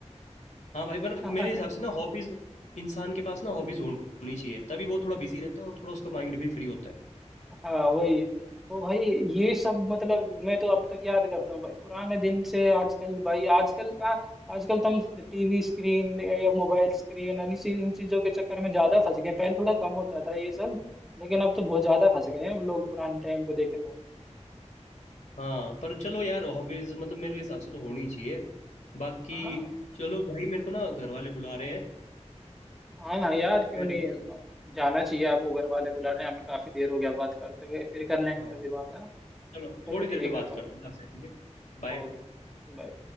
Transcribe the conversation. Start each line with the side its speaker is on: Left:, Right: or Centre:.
Left: हाँ भाई पर
Centre: <laughs>
Left: मेरे हिसाब से ना हॉबीज इंसान के पास ना हॉबीज होनी चाहिए तभी वो थोड़ा बिजी रहता है और थोड़ा उसका माइंड भी फ्री होता है
Centre: हाँ वही तो भाई ये सब मतलब मैं तो अब तक याद करता हूँ भाई पुराने दिन से आजकल भाई आजकल का आजकल तो हम टीवी स्क्रीन या मोबाइल स्क्रीन इन चीज- इन चीजों के चक्कर में ज्यादा फंस गए पहले थोड़ा कम होता था ये सब लेकिन अब तो बहुत ज्यादा फंस गए हैं हम लोग पुराने टाइम को देखें तो
Left: हाँ पर चलो यार हॉबीज मतलब मेरे हिसाब से तो होनी चाहिए बाकी
Centre: हाँ
Left: चलो भाई मेरे को ना घर वाले बुला रहे हैं
Centre: हाँ हाँ यार क्यों
Left: फिर
Centre: नहीं जाना चाहिए आपको घर वाले बुला रहे हैं हमें काफी देर हो गया बात करते हुए फिर कर लेंगे
Left: हाँ
Centre: कभी बात हाँ
Left: चलो
Centre: चलो
Left: थोड़ी देर
Centre: ठीक
Left: में बात
Centre: है भाई
Left: करता हूँ आपसे ठीक है बाय
Centre: Okay bye